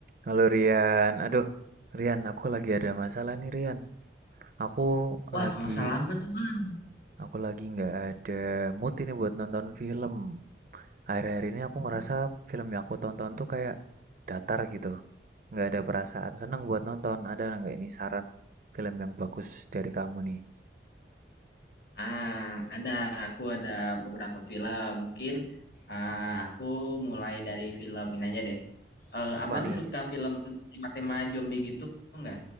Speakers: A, on the right; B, on the left.
A: Halo Rian, aduh Rian, aku lagi ada masalah nih Rian. Aku
B: Wah,
A: lagi,
B: masalah apa tuh, Bang?
A: aku lagi nggak ada mood ini buat nonton film. Akhir-akhir ini aku
B: Hmm.
A: ngerasa film yang aku tonton tuh kayak datar gitu. Nggak ada perasaan seneng buat nonton. Ada nggak ini saran film yang bagus dari kamu nih?
B: Ah, ada. Aku ada beberapa film. Mungkin ah, aku mulai dari film ini aja deh. Eh,
A: Apa
B: abang
A: nih?
B: suka film tema-tema zombie gitu nggak?